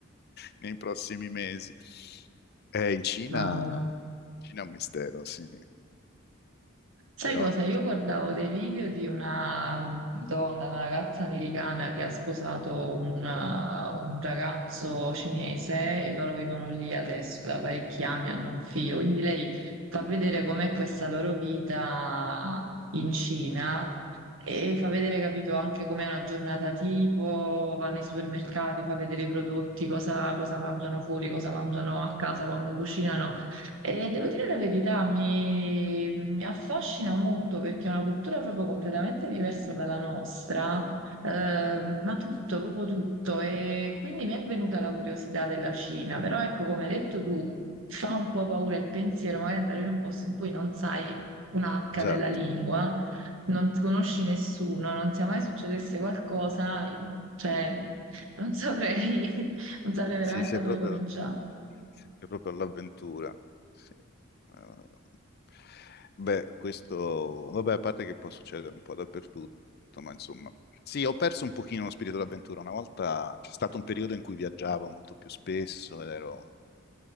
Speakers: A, on the left; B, on the right.
A: nei prossimi mesi. Eh, in Cina,
B: no.
A: Cina è un mistero, sì,
B: Sai
A: però
B: cosa? Io guardavo dei video di una donna, una ragazza americana che ha sposato un, uh, un ragazzo cinese e loro vivono lì adesso da parecchi anni, hanno un figlio. Quindi lei fa vedere com'è questa loro vita in Cina e fa vedere, capito, anche com'è una giornata tipo, va nei supermercati, fa vedere i prodotti, cosa cosa mangiano fuori, cosa mangiano a casa quando cucinano. E devo dire la verità, mi, mi affascina molto perché è una cultura proprio completamente diversa dalla nostra, eh, ma tutto, proprio tutto. E quindi mi è venuta la curiosità della Cina, però ecco, come hai detto tu, fa un po' paura il pensiero, magari andare in un posto in cui non sai un H
A: esatto,
B: della lingua, non conosci nessuno, non sia mai succedesse qualcosa, cioè, non saprei, <laughs> non saprei veramente
A: sì, sei
B: da dove
A: proprio...
B: cominciare.
A: È proprio l'avventura. Sì. Eh, beh, questo, vabbè, a parte che può succedere un po' dappertutto, ma insomma, sì, ho perso un pochino lo spirito d'avventura. Una volta c'è stato un periodo in cui viaggiavo molto più spesso ed ero...